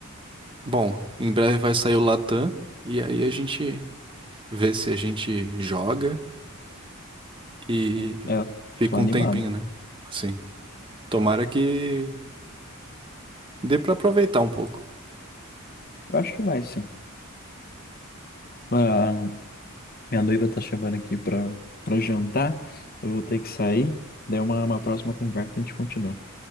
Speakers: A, on the right; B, on the left.
A: bom, em breve vai sair o Latam, e aí a gente vê se a gente joga e
B: Sim, é,
A: fica
B: tô animado.
A: um tempinho, né? Sim. Tomara que dê pra aproveitar um pouco.
B: Eu acho que vai, sim. Ah, Minha noiva tá chamando aqui pra, pra jantar. Eu vou ter que sair. Daí uma, uma próxima conversa a gente continua.